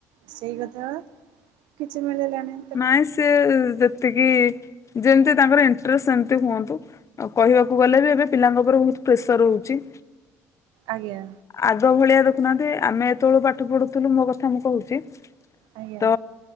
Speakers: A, on the right; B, on the left.
A: ସେଇ କଥା ପା କିଛି ମିଳିଲାଣି।
B: ନାଇଁ ସିଏ ଯେତିକି ଯେମିତି ତାଙ୍କର ଇଣ୍ଟ୍ରେସ ସେମତି ହୁଅନ୍ତୁ। ଆଉ କହିବାକୁ ଗଲେ ବି ଏବେ ପିଲାଙ୍କ ଉପରେ ବୋହୁତ ପ୍ରେସର ରୋହୁଚି।
A: ଆଜ୍ଞା।
B: ଆଗ ଭଳିଆ ଦେଖୁନାହାନ୍ତି ଆମେ ଯେତୋବୋଳୁ ପାଠ ପଢୁଥୁଲୁ ମୋ କଥା ମୁଁ କୋହୁଚି।
A: ଆଜ୍ଞା।
B: ତ